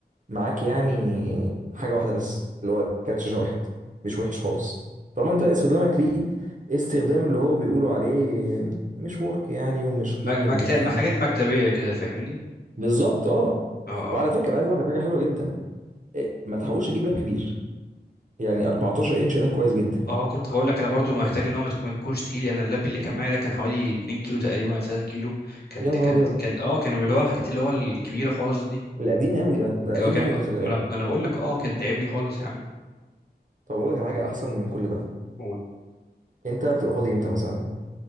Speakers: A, on the right; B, on the left.
A: معاك يعني حاجه واحده بس اللي هو كارت شاشه واحد مش وحش خالص طالما انت استخدامك ليه استخدام اللي هو بيقولوا عليه مش ورك يعني ومش
B: م-
A: جيمنج
B: مكتب
A: وبتاع
B: حاجات مكتبيه كده فاهمني
A: بالظبط اه
B: اه اه
A: وعلى فكره عايز اقول لك على حاجه حلوه جدا إيه، ما تحاولش تجيب لاب كبير يعني 14 انش ده كويس جدا
B: اه كنت هقول لك انا برضو محتاج ان هو ما تك- ما يكونش تقيل انا اللاب اللي كان معايا ده كان حوالي 2 كيلو تقريبا ولا 3 كيلو كانت
A: يا نهار
B: كانت
A: ابيض
B: كان اه كانوا اللي هو الحاجات اللي هو الكبيره خالص دي
A: القديم قوي ده ده قديم
B: هو كان
A: قوي
B: ما
A: ده خلي
B: انا
A: بالك
B: ما أنا بقول لك اه كان تعبني خالص يا عم
A: طب اقول لك على حاجه احسن من كل ده
B: قول.
A: انت بتبقى فاضي امتى مثلا